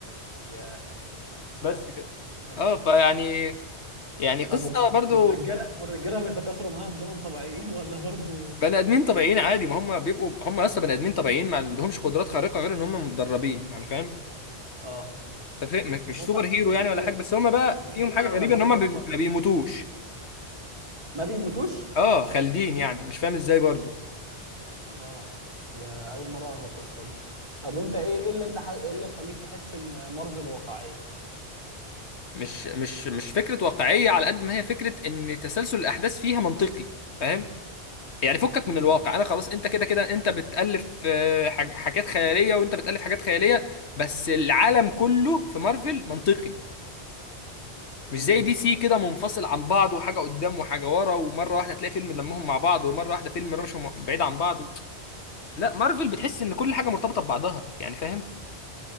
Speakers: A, on the right; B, on the left.
A: يا شرف
B: بس كده
A: ايه
B: اه فيعني يعني قصة
A: طب
B: برضو
A: والرجاله والرجاله بيتكاثروا معاهم دول طبيعيين ولا برضو
B: بني ادمين طبيعيين عادي ما هم بيبقوا هم اصلا بني ادمين طبيعيين ما عندهمش قدرات خارقة غير ان هم متدربين يعني فاهم
A: اه
B: ففي- مش مش
A: طب هم
B: سوبر هيرو
A: يعني
B: يعني ولا
A: ايه
B: حاجة بس هم بقى
A: هم قافلين
B: فيهم حاجة
A: على
B: غريبة
A: نفسهم
B: ان هم
A: ليه
B: بي-
A: طيب؟
B: ما بيموتوش
A: ما بيموتوش؟
B: اه خالدين يعني أنا مش فاهم ازاي برضو
A: اه ده اول مره اعرف القصه دي طب وانت ايه ايه اللي انت ح... ايه اللي مخليك تحس ان مارفل واقعيه؟
B: مش مش مش فكرة واقعية على قد ما هي فكرة ان تسلسل الاحداث فيها منطقي فاهم يعني فكك من الواقع انا خلاص انت كده كده انت بتألف آه، حاج- حاجات خيالية وانت بتألف حاجات خيالية بس العالم كله في مارفل منطقي مش
A: مم.
B: زي دي سي كده منفصل عن بعض وحاجة قدام وحاجة ورا ومرة واحدة تلاقي فيلم لمهم مع بعض ومرة واحدة فيلم رمشوا م- بعيد عن بعض و... لا مارفل بتحس ان كل حاجة مرتبطة ببعضها يعني فاهم